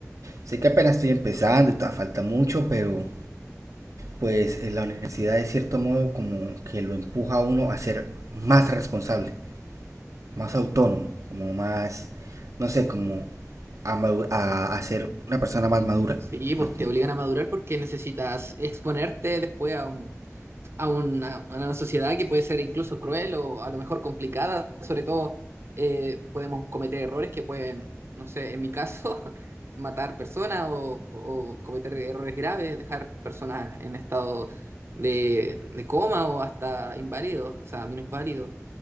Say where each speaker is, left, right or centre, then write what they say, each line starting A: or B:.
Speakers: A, on the right; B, on the right.
A: Sé que apenas estoy empezando y todavía falta mucho, pero pues eh, la universidad de cierto modo como que lo empuja a uno a ser más responsable, más autónomo, como más, no sé, como a, madu- a, a ser una persona más madura.
B: Sí, pues
A: ¿no?
B: te obligan a madurar porque necesitas exponerte después a un, a una, a una sociedad que puede ser incluso cruel o a lo mejor complicada, sobre todo eh, podemos cometer errores que pueden, no sé, en mi caso, <laughs> matar personas o, o cometer errores graves, dejar personas en estado de, de coma o hasta inválidos, o sea, minusválidos,